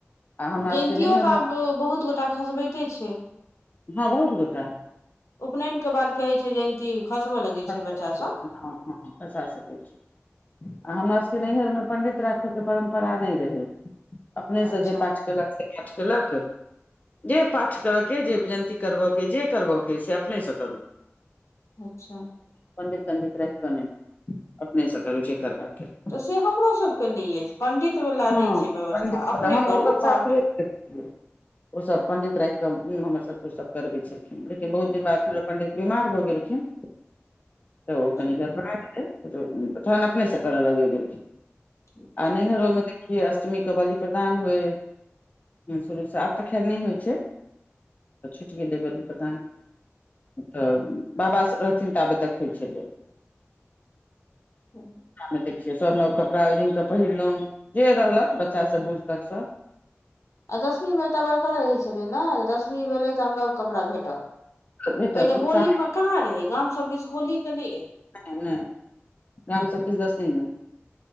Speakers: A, on the left; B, on the left.
A: आ हमरा
B: जयन्तियो
A: सभके नैहर
B: तऽ
A: मे
B: आब बहुत गोटे करबे छै।
A: हँ बहुत गोदा
B: उपनयनके बाद कहै छै जे खसबय लगैत
A: खसा
B: छै बच्चा
A: सकैत
B: सभ।
A: छै, हँ, हँ फसा सक छै। आ हमरासभके नैहरमे पण्डित रखबाक परम्परा नहि रहै। अपनेसँ
B: अच्छा
A: जे पाठ केलक, से पाठ केलक। जे पाठ करयके, जे विजयन्ती करबयके अछि, जे करबयके अछि, से अपनेसँ करू।
B: अच्छा।
A: पण्डित राखि कऽ ने, अपनेसँ करू जे करबाक अछि।
B: तऽ से हमरासभके नहि अछि, पण्डितवला
A: हँ
B: नहि छै व्यवस्था,
A: पंडित वला
B: अपने
A: हम
B: करू
A: अपन
B: पाठ।
A: ओ सभ पण्डित राखि कऽ ओ सभ करबै छलखिन, लेकिन
B: अच्छा
A: बहुत दिन बाद। पण्डित बीमार भऽ गेलखिन। तऽ ओ
B: अच्छा
A: कनि गड़बड़ा गेलै, तखन अपनेसँ करऽ लगै। आ
B: अच्छा
A: नहिनो मे जे अष्टमीके बलि प्रदान होइ, शुरूसँ आब तऽ खैर नहि होइ छै। छूटि गेलै, बलि प्रदान तऽ बाबा रहथिन ताबे। देखइ छेले
B: <inaudible>
A: मे देखियै, सभ नव कपड़ा ओढ़ि-पहिरने रहैत, बच्चासँ बूढ़ धरि सभ।
B: आ दशमीमे एकटा बड़का रहै छलै ने, जे दशमी भेलै तऽ हमरा ओ कपड़ा भेटत।
A: भेटत
B: पहिने
A: उत्साह
B: होलीमे कहाँ रहै, गाम सभ दिस होली तऽ नहि रहै।
A: <unintelligible>